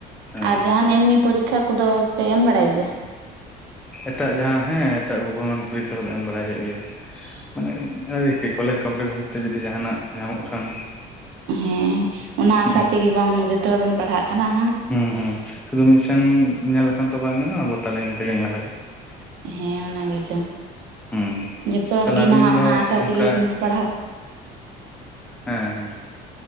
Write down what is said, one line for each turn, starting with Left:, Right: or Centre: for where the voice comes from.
Centre: ᱦᱮᱸ
Right: ᱟᱨ ᱡᱟᱦᱟᱱ ᱮᱢᱱᱤ ᱯᱚᱨᱤᱠᱠᱷᱟ ᱠᱚᱫᱚ ᱯᱮ ᱮᱢ ᱵᱟᱲᱟᱭ ᱜᱮᱭᱟ <unintelligible>
Centre: ᱮᱴᱟᱜ ᱡᱟᱦᱟᱸ ᱦᱮᱸ ᱮᱴᱟᱜ ᱜᱚᱵᱚᱨᱢᱮᱱ ᱯᱚᱨᱤᱠᱠᱷᱟ ᱠᱚᱫᱚ ᱮᱢ ᱵᱟᱲᱟᱭ ᱦᱩᱭᱩᱜ ᱜᱮᱭᱟ ᱢᱟᱱᱮ ᱟᱨᱤ ᱠᱚᱞᱮᱡᱽ ᱠᱚᱢᱯᱞᱤᱴ ᱛᱮ ᱡᱩᱫᱤ ᱡᱟᱦᱟᱱᱟᱜ ᱧᱟᱢᱚᱜ ᱠᱷᱟᱱ
Right: ᱦᱮᱸ ᱚᱱᱟ
Centre: ᱦᱩᱸ
Right: ᱟᱥᱟ ᱛᱮᱜᱮ ᱵᱟᱝ ᱡᱚᱛᱚ ᱦᱚᱲ ᱵᱚᱱ ᱯᱟᱲᱦᱟᱜ ᱠᱟᱱᱟ ᱦᱟᱝ
Centre: ᱦᱩᱸ ᱦᱩᱸ ᱥᱩᱫᱩ ᱢᱤᱫᱥᱮᱱ ᱧᱮᱞ ᱞᱮᱠᱷᱟᱱ ᱫᱚ ᱵᱟᱝ ᱜᱟᱱᱚᱜᱼᱟ ᱜᱚᱴᱟ ᱞᱟᱭᱤᱱ ᱛᱮᱜᱮ ᱧᱮᱞ ᱦᱩᱭᱩᱜᱼᱟ
Right: ᱦᱮᱸ ᱚᱱᱟ ᱜᱮᱪᱚ
Centre: ᱦᱩᱸ
Right: ᱡᱚᱛᱚ ᱦᱚᱲ
Centre: ᱛᱟᱦᱚᱞᱮ
Right: ᱜᱮ
Centre: ᱟᱹᱵᱤᱱ
Right: ᱱᱟᱦᱟᱜ
Centre: ᱫᱚ
Right: ᱚᱱᱟ ᱟᱥᱟ
Centre: ᱚᱱᱠᱟ
Right: ᱛᱮᱜᱮ ᱵᱚᱱ ᱯᱟᱲᱦᱟᱜ
Centre: ᱦᱮᱸ ᱦᱮᱸ